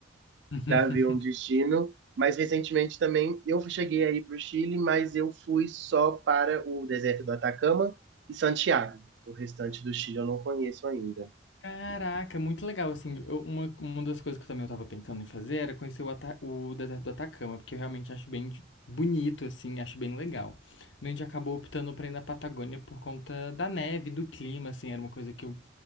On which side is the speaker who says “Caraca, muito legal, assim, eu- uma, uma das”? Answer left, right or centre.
Left